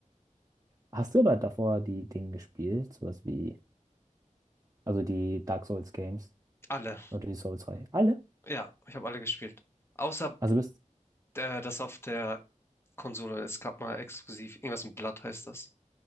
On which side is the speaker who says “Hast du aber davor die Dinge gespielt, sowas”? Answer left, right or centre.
Right